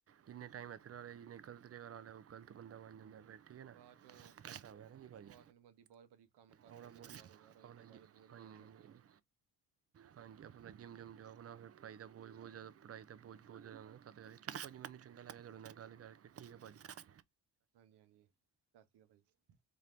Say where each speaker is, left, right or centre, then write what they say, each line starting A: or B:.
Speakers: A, on the right; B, on the right.
A: ਜਿੰਨੇ ਟਾਈਮ ਇਥੇ ਲਾ ਲਿਆ ਜਿੰਨੇ ਗਲਤ ਜਗਾ ਲਾ ਲਿਆ ਉਹ ਗਲਤ ਬੰਦਾ ਬਣ ਜਾਂਦਾ
B: ਹਾਂਜੀ
A: ਫਿਰ ਠੀਕ ਹੈ ਨਾ
B: ਬਾਅਦ ਚੋਂ
A: ਐਸਾ ਹੋਇਆ ਨਾ ਜੀ ਭਾਜੀ
B: ਬਾਅਦ ਚੋਂ ਨ ਬੰਦੀ ਬੋਤ ਪਾਜੀ ਕੰਮ ਕਾਰ
A: ਆਪਣਾ
B: ਮਿਲ
A: ਬੋਡੀ
B: ਜਾਂਦਾ ਕਾਰੋਬਾਰ ਹੋ
A: ਆਪਣਾ
B: ਜਾਂਦੇ ਬਾਦ
A: ਜੀ
B: ਚ ਬੋਝ
A: ਹਾਂਜੀ
B: ਪੈ ਜਾਂਦਾ ਸਿਰ
A: ਹਾਂਜੀ,
B: ਤੇ
A: ਹਾਂਜੀ ਆਪਣਾ ਜਿੰਮ ਜੁਮ ਜਾਉ ਆਪਣਾ ਫਿਰ ਪੜਾਈ ਦਾ ਬੋਝ ਬਹੁਤ ਜ਼ਦਾ ਪੜਾਈ ਦਾ ਬੋਝ ਬਹੁਤ ਜ਼ਿਆਦਾ ਹੋ ਜਾਂਦਾ ਤਦ ਕਰਕੇ ਚਲੋ ਪਾਜੀ ਮੈਨੂੰ ਚੰਗਾ ਲਗਿਆ ਤੁਹਾਡੇ ਨਾਲ ਗੱਲ ਕਰਕੇ ਠੀਕ ਹੈ ਪਾਜੀ
B: ਹਾਂਜੀ ਹਾਂਜੀ ਸਤਿ ਸ਼੍ਰੀ ਅਕਾਲ ਭਾਜੀ